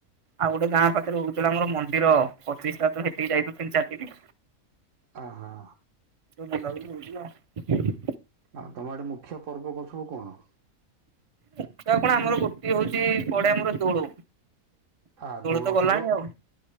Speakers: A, on the right; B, on the right.
A: ଆଉ ଗୋଟେ ଗାଁ ପାଖରେ ରହୁଥିଲା ଆମର ମନ୍ଦିର ପଚିଶିଟା ତ ହେଠିକି ଯାଇଥିଲୁ ତିନି ଚାରିଦିନି।
B: ଓହୋ।
A: <unintelligible>
B: ଆଉ ତମେ ଆଡେ ମୁଖ୍ୟ ପର୍ବ କରୁଛିବୁ କଣ?
A: ମୁଖ୍ୟ କଣ ଆମର ଗୋଟିଏ ହୋଉଛି ପଡେ ଆମର ଦୋଳ।
B: ହଁ ଦୋଳ
A: ତ ଗଲାଣି
B: ଦୋଳ
A: ଆଉ